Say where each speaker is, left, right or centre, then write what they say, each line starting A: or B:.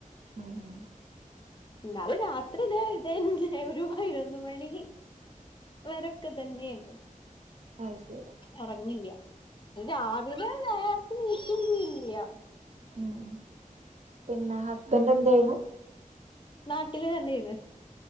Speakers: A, on the right (about 55°); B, on the left (about 35°).
A: ഉം ഉം
B: ഇന്നാലും രാത്രി ഇതെ ഇതെന്നെ ഒരു പതിനൊന്ന് മണി. വരൊക്കെ ഇതന്നേണ്.
A: ആഹ് ശെരി.
B: എറങ്ങില്ല. അത് രാവിലെ നേർത്തെ നീക്കുന്നില്ല.
A: ഉം ഉം. പിന്നെ ഹസ്ബൻറ് എന്തെയ്ണു.
B: നാട്ടില് തന്നേണ്